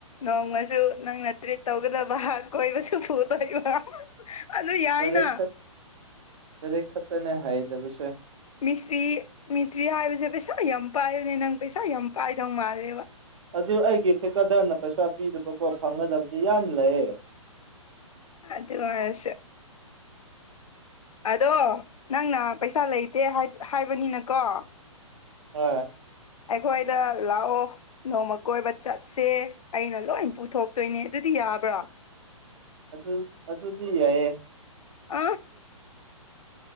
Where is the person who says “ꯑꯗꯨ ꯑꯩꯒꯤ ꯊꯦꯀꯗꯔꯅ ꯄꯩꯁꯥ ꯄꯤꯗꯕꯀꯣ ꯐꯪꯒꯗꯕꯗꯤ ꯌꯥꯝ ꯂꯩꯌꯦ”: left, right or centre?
Right